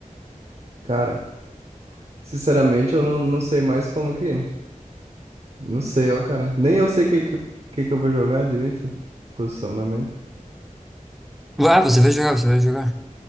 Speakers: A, on the right (about 50°); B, in the centre.
A: cara, sinceramente, eu não, não sei mais como que. Não sei, ó, cara. Nem eu sei o que, que, que que eu vou jogar direito. Posicionamento.
B: Ah, você vai jogar, você vai jogar.